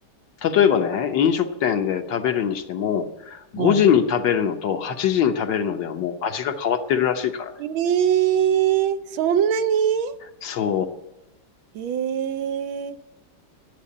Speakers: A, on the left; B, on the right.
A: 例えばね、飲食店で食べるにしても、5時に食べるのと8時に食べるのではもう味が変わってるらしいからね。
B: はいええそんなに
A: そ
B: ええ